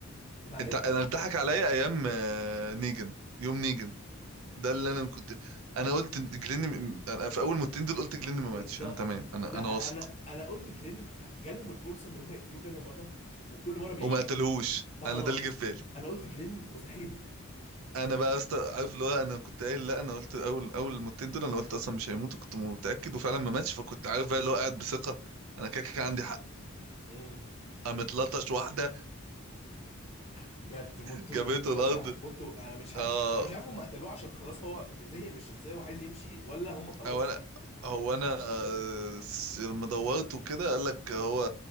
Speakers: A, on the left; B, on the right.
A: ما
B: انت
A: افهم
B: انا اتضحك عليا ايام آه، نيجن يوم نيجن ده اللي انا كنت انا قلت إن جلين م- انا في اول ماتين دول قلت جلين ما ماتش
A: بالظبط
B: انا تمام انا
A: لا
B: انا واثق
A: انا انا قلت جلين جالهم الفرصه ان هم يقتلوه كذا مره وكل مره بيعيش
B: وما قتلهوش
A: فخلاص
B: انا ده اللي جه في بالي
A: انا قلت جلين مستحيل يموت
B: انا بقى أست... عارف اللي هو انا كنت قايل لا انا قلت اول اول ماتين دول انا قلت اصلا مش هيموت وكنت متاكد وفعلا ما ماتش فكنت عارف بقى اللي هو قاعد بثقه انا كده كده عندي حق
A: امم
B: قامت لطش واحده
A: بجد موته
B: جابته
A: موته بشع
B: الارض
A: موته انا مش عارف
B: اه
A: انا مش عارف هم قتلوه عشان خلاص هو زهق من الشخصيه وعايز يمشي ولا هم خلاص
B: هو انا هو انا آه، س- لما دورت وكده قال لك هو